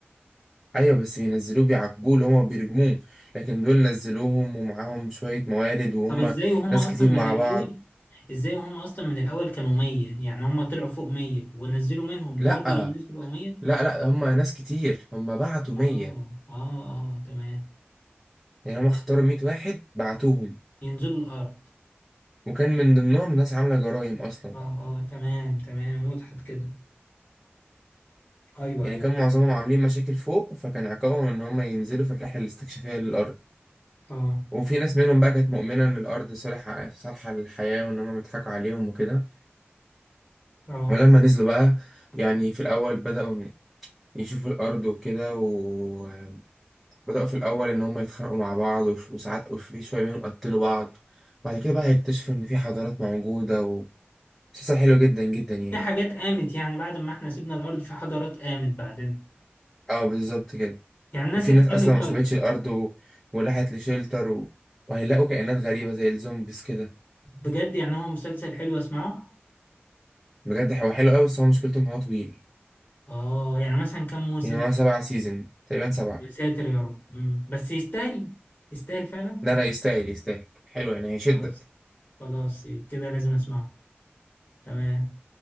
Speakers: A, in the centre; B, on the left.
A: ايوه بس بينزلوه بيعاقبوه اللي هما بيرموه لكن دول نزلوهم ومعاهم شوية موارد وهم
B: طب ازاي وهما
A: ناس كتير
B: اصلا من
A: مع
B: الاول
A: بعض
B: ازاي وهما اصلا من الاول كانوا مية يعني هما طلعوا فوق مية ونزلوا منهم
A: لا
B: وبرضو لما نزلوا بقوا مية
A: لا لا هم ناس كتير هم بعتوا مية
B: اه اه اه تمام
A: يعني
B: تمام
A: هم اختاروا مية واحد بعتوهم
B: ينزلوا الارض
A: وكان من ضمنهم ناس عاملة جرائم اصلا
B: اه اه تمام تمام وضحت كده ايوه
A: يعني
B: ايوه
A: كان معظمهم عاملين مشاكل فوق فكان عقابهم ان هم ينزلوا في الرحلة الاستكشافية للأرض
B: اه
A: وفي ناس منهم بقى كانت مؤمنة ان الأرض صالحة صالحة للحياة وان هم بيضحكوا عليهم وكده
B: اه
A: ولما نزلوا بقى يعني في الأول بدأوا يشوفوا الأرض وكده وبدأوا في الأول إن هم يتخانقوا مع بعض وش- وساعات وفي شوية منهم قتلوا بعض بعد كده بقى هيكتشفوا إن في حضارات موجودة و- مسلسل حلو جدا جدا يعني
B: في حاجات قامت يعني بعد ما احنا سيبنا الارض في حضارات قامت بعدين
A: اه بالظبط كده
B: يعني الناس
A: وفي
B: احتلوا
A: ناس أصلا
B: الكوكب
A: ما سابتش الأرض و... وراحت لشيلتر و... وهيلاقوا كائنات غريبة زي الزومبيز كده
B: بجد يعني هو مسلسل حلو اسمعه
A: بجد هو حلو أوي بس هو مشكلته إن هو طويل
B: اه يعني مثلا كم موسم
A: يعني هو سبعة سيزون تقريبا سبعة
B: يا ساتر يا رب مم. بس يستاهل يستاهل فعلا
A: لا لا يستاهل يستاهل حلو يعني هيشدك
B: خلاص خلاص كده لازم اسمعه تمام